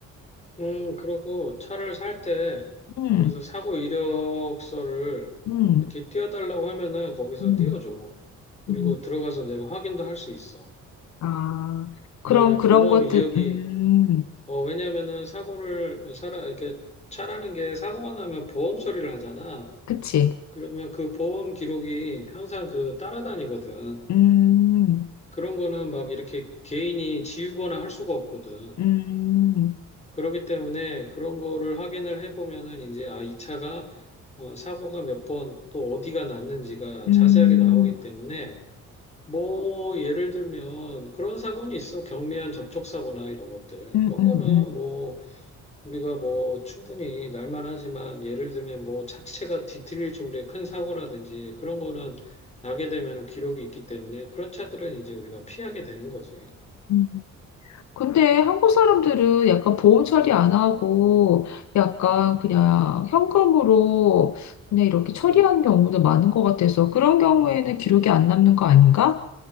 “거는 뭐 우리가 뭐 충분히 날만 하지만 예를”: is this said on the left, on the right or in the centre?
Left